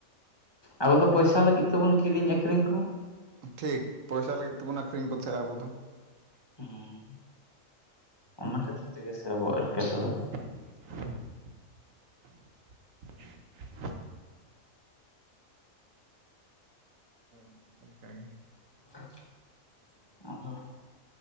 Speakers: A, on the left (about 20°); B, on the right (about 75°).
A: ᱟᱵᱚ ᱫᱚ ᱯᱳᱭᱥᱟ ᱞᱟᱹᱜᱤᱫ ᱛᱮᱵᱚᱱ ᱠᱤᱨᱤᱧ ᱟᱹᱠᱷᱨᱤᱧ ᱠᱚ᱾
B: ᱴᱷᱤᱠ ᱯᱚᱭᱥᱟ ᱞᱟᱹᱜᱤᱫ ᱛᱮᱵᱚᱱ ᱟᱹᱠᱷᱨᱤᱧ ᱠᱚ ᱛᱟᱦᱮᱸᱜ ᱟᱵᱚ ᱫᱚ᱾
A: ᱦᱩᱸ, ᱚᱱᱟ ᱠᱷᱟᱹᱛᱤᱨ ᱛᱮᱜᱮ ᱥᱮ ᱟᱵᱚᱣᱟᱜ ᱮᱴᱠᱮ ᱴᱚᱲᱮ ᱫᱚ᱾
B: <inaudible> ᱦᱮᱸ ᱚᱱᱠᱟ ᱜᱮ᱾
A: <unintelligible> ᱟᱫᱚ